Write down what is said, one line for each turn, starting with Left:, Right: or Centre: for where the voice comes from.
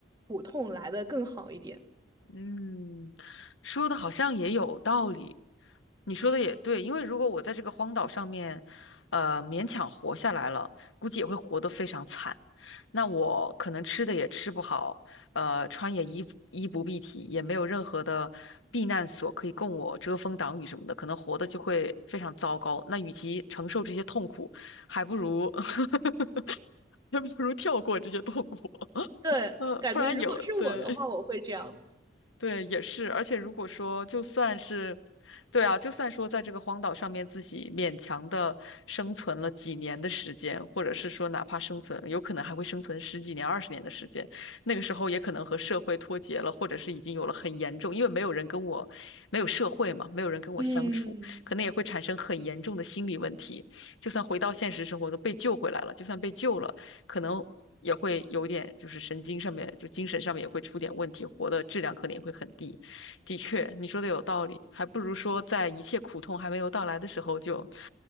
Right: 苦痛来的更好一点。
Left: 嗯，说的好像也有道理，你说的也对，因为如果我在这个荒岛上面，呃，勉强活下来了，估计也会活得非常惨。那我可能吃的也吃不好，呃，穿也衣衣不蔽体，也没有任何的避难所可以供我遮风挡雨什么的，可能活的就会非常糟糕。那与其承受这些痛苦，还不如 <laughs> 还不如跳过这些痛苦，<laughs>
Right: 对，
Left: 呃，
Right: 感觉如果是我的话，
Left: 不然有，对。
Right: 我会这样子。
Left: 对，也是，而且如果说就算是，对啊，就算说在这个荒岛上面自己勉强的生存了几年的时间，或者是说哪怕生存，有可能还会生存十几年、二十年的时间，那个时候也可能和社会脱节了，或者是已经有了很严重，因为没有人跟我，没有社会嘛，没有人跟我相处，
Right: 嗯，
Left: 可能也会产生很严重的心理问题。就算回到现实生活，都被救回来了，就算被救了。可能也会有点就是神经上面就精神上面也会出点问题，活的质量可能也会很低。的确，你说的有道理，还不如说在一切苦痛还没有到来的时候就，